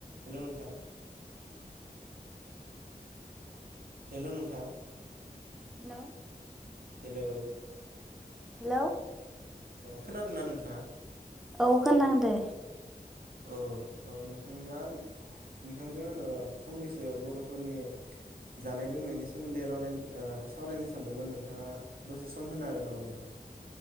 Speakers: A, on the right; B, in the centre.
A: हेलौ नोंथां। हेलौ नोंथां
B: हेलौ
A: हेलौ
B: हेलौ
A: अ खोनादोंना नोंथाङा
B: अ खोनादो
A: औ औ नोंथाङां नोंथांजों ओ फंनैसो बरफोरनि जानाय लोंनायनि सोमोन्दै रायलाय ओ सावरायनो सानदोंमोन नोंथाङा दसे सम होनो हागोन नामा नोंथां